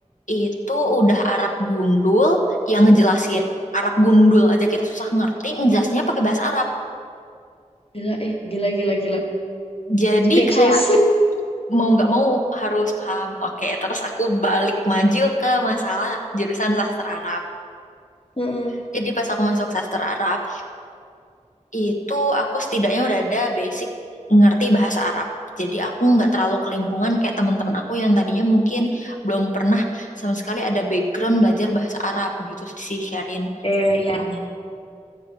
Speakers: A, on the left; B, on the left.
A: itu udah Arab gundul yang ngejelasin Arab gundul aja kita susah ngerti ngejelasinnya pakai bahasa Arab
B: gila eh gila gila gila.
A: jadi
B: Speechless.
A: kayak
B: <laughs>
A: mau nggak mau harus paham oke terus aku balik maju ke masalah jurusan sastra Arab
B: Heeh.
A: jadi pas aku masuk sastra Arab itu aku setidaknya udah ada basic ngerti bahasa Arab Jadi aku nggak terlalu kelimpungan kayak teman-teman aku yang tadinya mungkin belum pernah sama sekali ada background belajar bahasa Arab gitu sih Syarin.
B: Eh, ya.